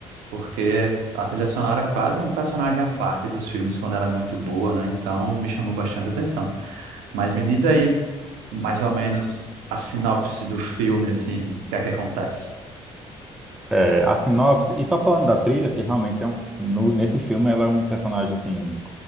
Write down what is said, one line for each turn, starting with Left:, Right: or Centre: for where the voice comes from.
Right: porque a trilha sonora quase é um personagem à parte dos filmes quando ela é muito boa, né? Então me chamou bastante atenção. Mas me diz aí mais ou menos a sinopse do filme, assim, o que é que acontece?
Centre: É, a sinopse, e só falando da trilha, que realmente é um, no- nesse filme ela é um personagem, assim,